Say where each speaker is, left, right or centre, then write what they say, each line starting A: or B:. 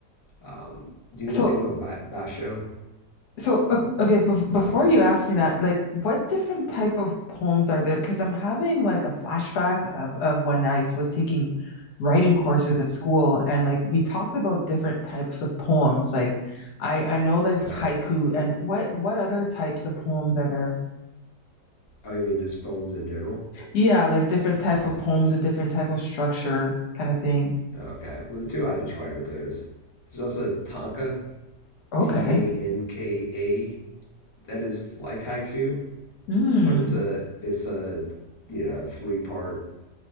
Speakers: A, on the left; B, on the left.
A: Um, do you
B: So
A: know anything about ba- basho?
B: so o- okay, bef before
A: Ah, okay,
B: you ask me that, like what different type of poems are there? Because I'm having like a flashback of of when I was taking writing courses at school and like we talked about different types of poems. Like I I know there's
A: right.
B: haiku and what what other types of poems are there?
A: Oh, you mean just poems in general?
B: Yeah, like different type
A: Oh,
B: of poems, a different type of structure kind of thing.
A: okay. Well, the two I just write are those. There's also tanka,
B: Okay.
A: T A N K A. That is like haiku,
B: Mm.
A: but it's a it's a you know three part